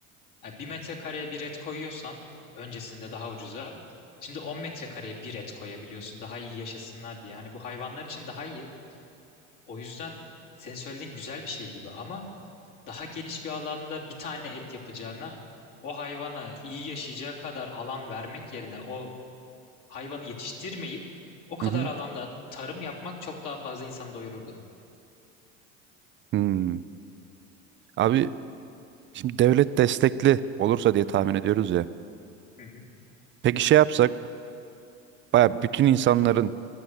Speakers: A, on the left; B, on the right.
A: e, bir metrekareye bir et koyuyorsan öncesinde daha ucuza. Şimdi 10 metrekareye bir et koyabiliyorsun daha iyi yaşasınlar diye. Hani bu hayvanlar için daha iyi. O yüzden senin söylediğin güzel bir şey gibi ama daha geniş bir alanda bir tane et yapacağına o hayvana iyi yaşayacağı kadar alan vermek yerine o hayvanı yetiştirmeyip o kadar
B: Hı hı.
A: alanda tarım yapmak çok daha fazla insanı doyururdu.
B: Hmm. Abi şimdi devlet destekli olursa diye tahmin ediyoruz ya.
A: Hı hı.
B: Peki şey yapsak baya bütün insanların